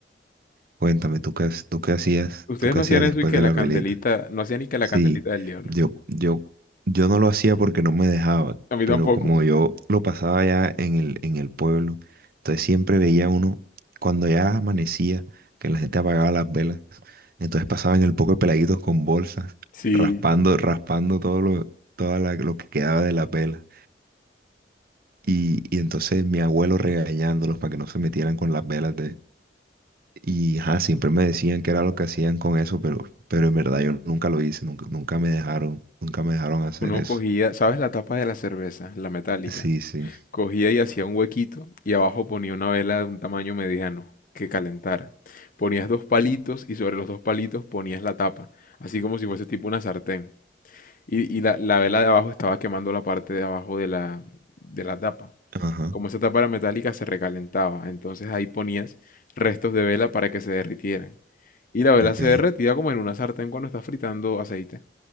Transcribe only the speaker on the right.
Cuéntame, ¿tú qué, ha- tú qué hacías,
tú qué
hacías
después
de
la
velita?
Sí,
yo, yo, yo no lo hacía porque no me dejaba,
pero
como yo lo pasaba ya en el, en el pueblo, entonces siempre veía uno, cuando ya amanecía, que la gente apagaba las velas, entonces pasaban el poco de peladitos con bolsas,
raspando, raspando todo lo, toda la- lo que quedaba de las velas. Y, y entonces mi abuelo regañándolos para que no se metieran con las velas y ajá, siempre me decían que era lo que hacían con eso, pero, pero en verdad yo nunca lo hice, nunca, nunca me dejaron, nunca me dejaron hacer
eso.
Sí, sí.
Ajá,
ok,